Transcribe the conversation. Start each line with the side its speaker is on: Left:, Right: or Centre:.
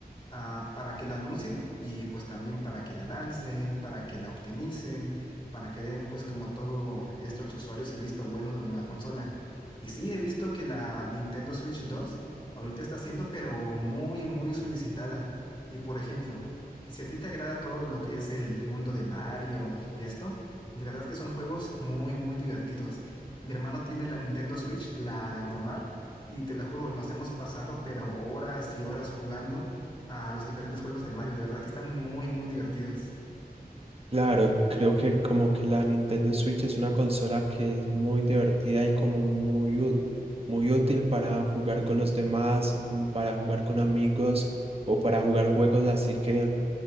Left: ah, para que lo anuncien y pues también para que la lancen, para que la optimicen, para que den pues como todo esto a los usuarios el visto bueno de una nueva consola. Y sí, he visto que la Nintendo Switch 2 ahorita está siendo pero muy, muy solicitada. Y por ejemplo, si a ti te agrada todo lo que es el mundo de Mario y esto, de verdad que son juegos muy, muy divertidos. Mi hermano tiene la Nintendo Switch, la normal, y te lo juro, nos hemos pasado pero horas y horas jugando a los diferentes juegos de Mario. De verdad que están muy, muy divertidos.
Right: Claro, creo que como que la Nintendo Switch es una consola que es muy divertida y como muy, ú- muy útil para jugar con los demás o como para jugar con amigos o para jugar juegos así que